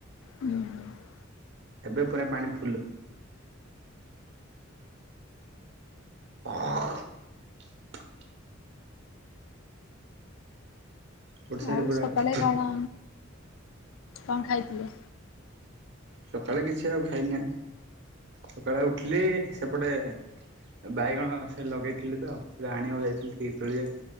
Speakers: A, on the left; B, on the right.
A: ହୁଁ
B: ଏବେ ପୁରା ପାଣି ଫୁଲ୍। <unintelligible> ଗୋଟେ ସାଇଡ
A: ଆଉ
B: ପୁରା
A: ସକାଳେ କଣ କଂ ଖାଇଥିଲେ?
B: ସକାଳେ କିଛି ଆଉ ଖାଇନେ। ସକାଳେ ଉଠିଲି ସେପଟେ ବାଇଗଣ ସେ ଲଗେଇଥିଲେ ତ ସେଟା ଆଣିବାକୁ ଯାଇଥିଲି ଟିକେ ତୋଳିଆକୁ।